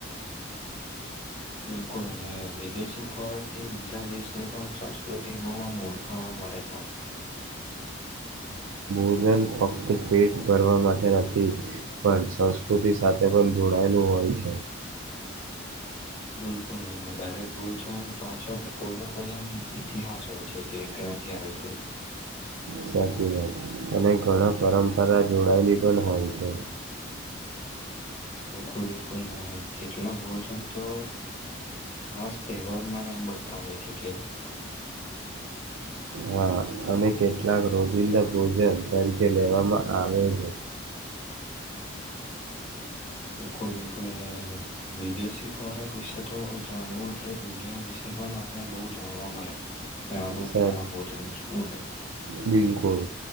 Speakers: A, on the left; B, on the right.
A: બિલકુલ અને વિદેશી ખોરાકથી બીજા દેશની પણ સંસ્કૃતિ, બહુ આમ ઓળખા મળે છે, આપને
B: ભોજન ફક્ત પેટ ભરવા માટે નથી, પણ સંસ્કૃત સાથે પણ જોડાયેલું હોય છે.
A: <inaudible> બિલકુલ નહી, દરેક ભોજન પાછળ કોઈ ન કોઈ આમ ઈતિહાસ હોય છે, કે માંથી આવ્યું છુ.
B: સાચી વાત, અને ઘણા પરંપરા જોડાયેલી પણ હોય છે.
A: બિલકુલ, બિલકુલ ન કેટલાક ભોજન તો ખાસ, તહેવારમાં નામ બનતા હોય છે, કે
B: હા, અને કેટલાક રોજિંદા ભોજન તરીકે લેવામાં આવે છે.
A: <inaudible> બિલકુલ, બિલકુલ ને વિદેશી ખોરાક વિશે તો જાણવુ, એટલે દુનિયા વિશે એ પણ, આપને બહુ જાણવા મળે ક્યાંનુ
B: સા
A: ક્યા ભોજન શું મળે
B: બિલકુલ